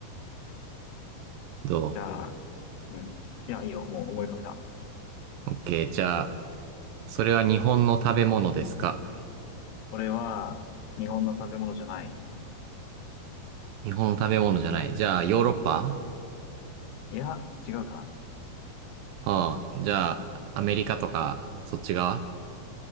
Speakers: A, on the right (about 75°); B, on the left (about 80°).
A: ど
B: じゃあ、うん。いや、いいよ。もう思い浮かべた。
A: うオッケー。じゃあ、それは日本の食べ物ですか
B: 俺は、日本の食べ物じゃない。
A: 日本の食べ物じゃない。じゃあ、ヨーロッパ
B: うんいや、違うかな。
A: はあ。じゃあ、アメリカとか、そっち側